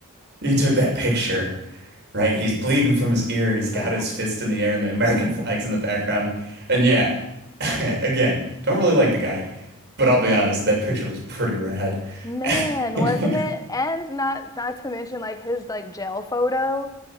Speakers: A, on the right (about 50°); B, on the left (about 15°).
A: he took that picture, right? He's bleeding from his ear and he's got
B: Oh yeah.
A: his fist in the air and the American flag's in the background. And yeah, <laughs> again, don't really like the guy, but I'll be honest, that picture was pretty rad.
B: Man,
A: <laughs>
B: wasn't it? And not not to mention like his like jail photo.